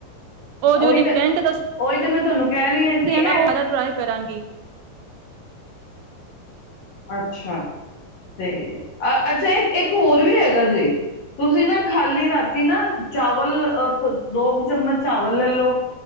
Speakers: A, on the right; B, on the left.
A: ਉਹ ਜੋ
B: ਉਹੀ
A: ਡਿਫਰੈਂਟ
B: ਤਾਂ,
A: ਦੱਸੇ
B: ਉਹੀ ਤਾਂ ਮੈਂ ਤੁਹਾਨੂੰ ਕਹਿ ਰਹੀ ਹਾਂ, ਕਿ
A: ਆ
B: ਇਹ
A: ਨਾ ਉਹ ਸਾਰਾ ਟਰਾਈ ਕਰਾਂਗੀ।
B: ਅੱਛਾ, ਤੇ ਅ ਅੱਛਾ ਇਕੱ ਇੱਕ ਹੋਰ ਵੀ ਹੈਗਾ ਜੇ, ਤੁਸੀਂ ਨਾ ਖਾਲੀ ਰਾਤੀ ਨਾ ਚਾਵਲ ਦੋ, ਕੁ, ਚਮਚ ਚਾਵਲ ਲੈਲੋ।